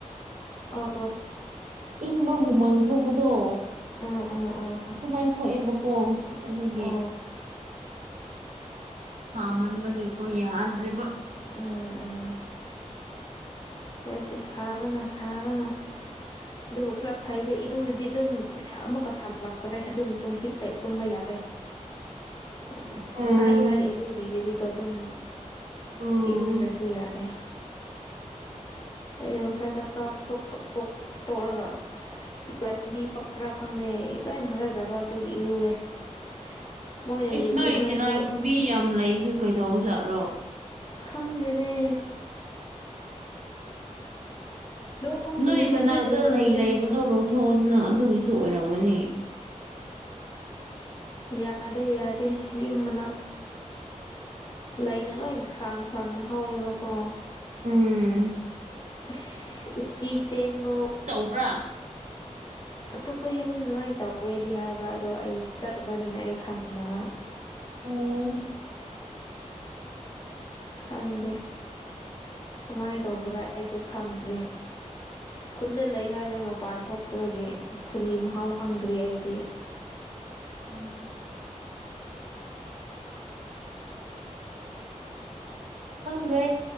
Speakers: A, on the left (about 35°); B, on the right (about 75°).
A: ꯑꯣ
B: ꯏꯪꯕ ꯍꯨꯃꯥꯡ ꯊꯣꯛꯄꯗꯣ
A: ꯎꯝ ꯎꯝ ꯎꯝ
B: ꯑꯗꯨꯃꯥꯏꯅ ꯊꯣꯛꯑꯦꯕꯀꯣ ꯑꯗꯨꯒꯤ
A: ꯑꯣ
B: ꯁꯃꯟꯕꯒꯦꯀꯣ ꯌꯥꯗ꯭ꯔꯦꯕ
A: ꯎꯝ ꯎꯝ ꯑꯩꯈꯣꯏꯁꯨ ꯁꯥꯕꯅ ꯁꯥꯕꯅ ꯑꯗꯨꯕꯨ ꯈꯔ ꯐꯩꯗ ꯏꯔꯨꯨꯔꯗꯤ ꯑꯗꯨꯝ ꯑꯃꯨꯛꯀ ꯁꯥꯜꯂꯛꯄꯔꯦ ꯑꯗꯨꯝ ꯇꯨꯝꯕ ꯌꯥꯔꯦ ꯑꯩ
B: ꯎꯝ
A: ꯁꯥꯏ ꯍꯥꯏ ꯏꯔꯨꯕꯤꯔꯗꯤꯀꯣ ꯑꯗꯨꯝ
B: ꯎꯝ
A: ꯏꯔꯨꯗ꯭ꯔꯁꯨ ꯌꯥꯔꯦ ꯑꯩ ꯉꯁꯥꯏ ꯆꯥꯛꯇꯥꯄ ꯇꯣꯛꯑꯒ ꯑꯁꯂꯥꯏꯈꯣꯝꯕꯤ ꯄꯛꯄ꯭ꯔꯥ ꯈꯪꯗꯦ ꯂꯣꯏꯅ ꯍꯪꯒꯖꯕ ꯑꯗꯨꯒꯤ ꯏꯔꯨꯋꯦ <inaudible>
B: ꯑꯦꯁ
A: ꯂꯨꯒꯅꯨ
B: ꯅꯣꯏ ꯏꯇꯤꯅꯥꯥ
A: ꯍꯥꯏꯔꯁꯨ
B: ꯈꯨꯝꯝꯕꯤ ꯌꯥꯝ ꯂꯩꯁꯨ ꯀꯩꯗꯧꯖꯥꯠꯔꯣ
A: ꯈꯪꯗꯦꯅꯦ ꯅꯣꯡ
B: ꯅꯣꯏ
A: ꯆꯨꯔꯗꯤ
B: ꯃꯅꯥꯛꯇ
A: ꯍꯦꯟꯅ ꯌꯥꯝꯃꯦ
B: ꯂꯩ ꯂꯩꯕꯗꯣ
A: ꯍꯥꯏ
B: ꯂꯧꯊꯣꯛꯑꯗꯅ ꯑꯗꯨꯒꯤꯁꯨ ꯑꯣꯏꯔꯝꯒꯅꯤ
A: ꯌꯥꯗꯦ ꯌꯥꯗꯦ ꯌꯨꯝꯅꯥꯛ ꯂꯩꯅ ꯂꯣꯏꯅ ꯁꯥꯡ ꯁꯥꯡꯅ ꯍꯧꯋꯦꯕꯀꯣ
B: ꯎꯝ
A: ꯎꯆ ꯆꯤ ꯆꯦꯟꯕꯣ
B: ꯕ꯭ꯔꯥ
A: ꯑꯇꯣꯞꯄ ꯌꯨꯝꯁꯨ ꯑꯗꯨꯃꯥꯏꯅ ꯇꯧꯋꯦꯗꯤ ꯍꯥꯏꯕ ꯑꯗꯣ ꯑꯩ ꯆꯠꯇꯕꯅꯤꯅ ꯑꯩ ꯈꯪꯗꯅ
B: ꯑꯣ
A: ꯈꯪꯗꯦ ꯀꯃꯥꯏꯅ ꯇꯧꯕꯅꯥ ꯑꯩꯁꯨ ꯈꯪꯗ꯭ꯔꯦ ꯈꯨꯟꯗ ꯂꯩ ꯍꯥꯏꯕꯅꯤ ꯃꯄꯥꯟ ꯊꯣꯛꯇꯕꯒꯤ ꯈꯨꯟꯒꯤ ꯃꯍꯥꯎ ꯈꯪꯗ꯭ꯔꯤ ꯑꯩꯗꯤ
B: ꯎꯝ ꯈꯪꯗ꯭ꯔꯦ